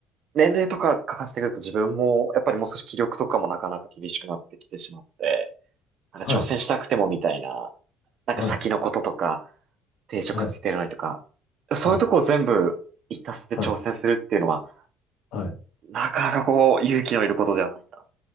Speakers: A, on the right; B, on the left.
A: 年齢とか書かせてくると自分も、やっぱりもう少し気力とかもなかなか厳しくなってきてしまって、なんか挑戦したくてもみたいな、
B: はい、
A: なんか先のこととか、
B: はい、
A: 定職ついてるのにとか、
B: はい、
A: そういうとこを全部一たせて挑戦するっていうのは、
B: はい、はい、はい。
A: なかなかこう、勇気のいることではないかな